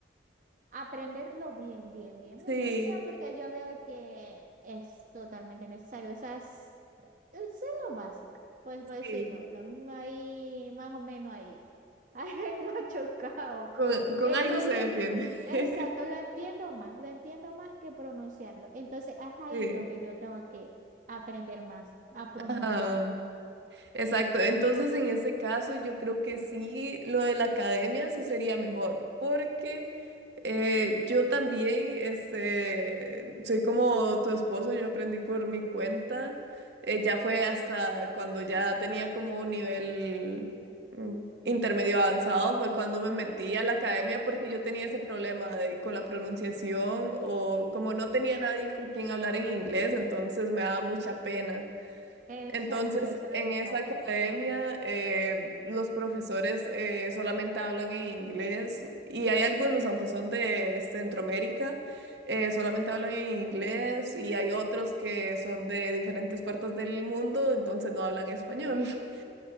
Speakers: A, on the right (about 45°); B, on the right (about 75°).
A: aprenderlo bien, bien, bien, bien
B: Sí,
A: pronunciado, porque yo veo que es totalmente necesario. Esas, es lo básico, pues por decirlo,
B: sí.
A: lo mismo ahí, más o menos ahí. <laughs> Ahí más chocado.
B: Con, con
A: Eh,
B: algo
A: lo entiendo,
B: se defiende.
A: exacto,
B: <laughs>
A: lo entiendo más, lo entiendo más que pronunciarlo. Entonces es ahí
B: Sí.
A: donde yo tengo que aprender más a pronunciarlo.
B: Ajá. Exacto. Entonces, en ese caso, yo creo que sí, lo de la academia sí sería mejor, porque Eh, yo también, este, soy como tu esposo, yo aprendí por mi cuenta. Eh, ya fue hasta cuando ya tenía como un nivel mm, intermedio avanzado, fue cuando me
A: Ok.
B: metí a la academia porque yo tenía ese problema de, con la pronunciación o como no tenía nadie con quien hablar en inglés, entonces me daba mucha pena.
A: Exacto,
B: Entonces,
A: eso
B: en
A: es lo que
B: esa
A: pasa.
B: academia, eh, los profesores eh, solamente hablan en inglés y hay algunos, aunque son de Centroamérica, eh, solamente hablan en inglés y hay otros que son de diferentes partes del mundo, entonces no hablan español. <laughs>